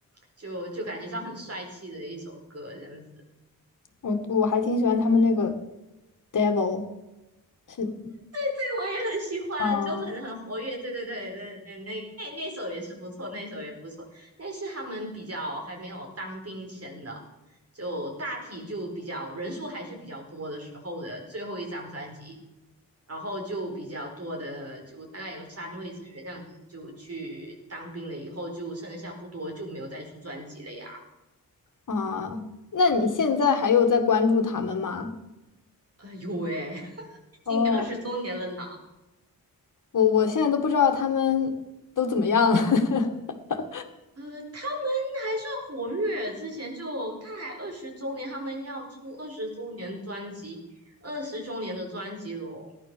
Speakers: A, on the right (about 45°); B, on the left (about 60°).
A: 就就感觉上很帅气的一首歌这样子。
B: 我我还挺喜欢他们那个 Devil 是。
A: 对，我也很喜欢，
B: 啊
A: 就很很活跃。对对对对对，那那那那首也是不错，那首也不错，那是他们比较还没有当兵前的，就大体就比较人数还是比较多的时候的最后一张专辑，然后就比较多的，就大概有三位成员这样子就去当兵了，以后就剩下不多，就没有再出专辑了呀。
B: 啊，那你现在还有在关注他们吗？
A: 哎呦喂，<laughs> 今年二十周年了呢。
B: 哦，我我现在都不知道他们都怎么样了。<laughs>
A: 呃，他们还算活跃，之前就他还二十周年，他们要出二十周年专辑，二十周年的专辑咯。